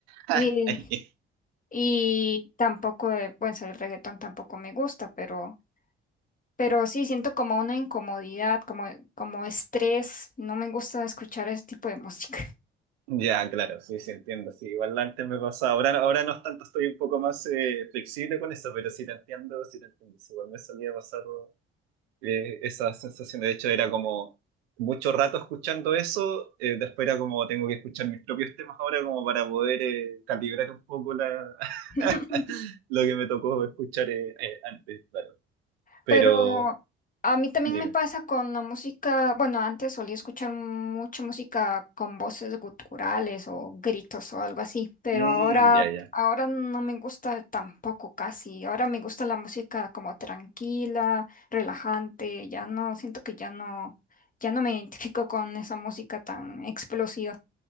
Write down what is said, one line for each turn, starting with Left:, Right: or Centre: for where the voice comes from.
Right: <laughs>
Left: Eh, y tampoco, eh, bueno, el reggaetón tampoco me gusta, pero, pero sí siento como una incomodidad, como, como estrés. No me gusta escuchar ese tipo de música.
Right: Ya, claro, sí, sí, entiendo. Sí, igual antes me pasaba. Ahora, ahora no es tanto, estoy un poco más eh, flexible con eso, pero sí te entiendo, sí te entiendo. Sí, Igual me solía pasar eh, esa sensación. De hecho, era como mucho rato escuchando eso, eh, después era como tengo que escuchar mis propios temas ahora como para poder eh, calibrar un poco la,
Left: <laughs>
Right: <laughs> lo que me tocó escuchar eh, eh, antes, claro. Pero
Left: Pero a mí también
Right: dime.
Left: me pasa con la música, bueno, antes solía escuchar mucha música con voces guturales o gritos o algo así, pero
Right: Mm,
Left: ahora,
Right: ya, ya.
Left: ahora no me gusta tampoco casi. Ahora me gusta la música como tranquila, relajante, ya no, siento que ya no, ya no me identifico con esa música tan explosiva.